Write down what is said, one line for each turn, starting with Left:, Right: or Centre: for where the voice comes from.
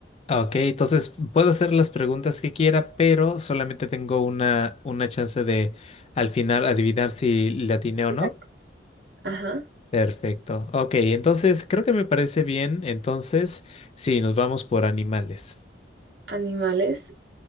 Left: Ok, entonces puedo hacer las preguntas que quiera, pero solamente tengo una, una chance de al final adivinar si le atiné o
Right: Exacto.
Left: no.
Right: Ajá.
Left: Perfecto. Ok, entonces creo que me parece bien. Entonces, sí, nos vamos por animales.
Right: Animales.